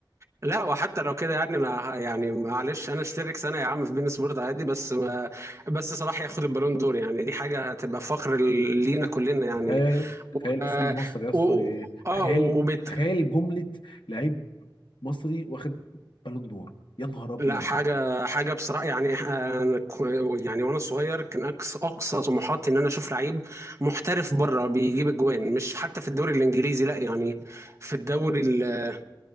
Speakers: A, on the right; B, on the left.
A: لا وحتى لو كده يعني أنا ه- يعني معلش أنا أشترك سنة يا عم في بين سبورت عادي بس ما بس صلاح ياخد البالون دور يعني دي حاجة هتبقى فخر لينا كلنا يعني
B: تخيل تخيل
A: و- آه
B: اسم مصر يا اسطى
A: و- و-
B: ي-
A: آه،
B: تخيل
A: وبالتالي
B: تخيل جملة لعيب مصري واخد بالون دور يا نهار ابيض
A: لا حاجة حاجة بصراحة يعني آه، أنا كو- يعني وأنا صغير كان أقصى أقصى طموحاتي إن أنا أشوف لعيب محترف بره بيجيب أجوان مش حتى في الدوري الإنجليزي لا يعني في الدوري ال-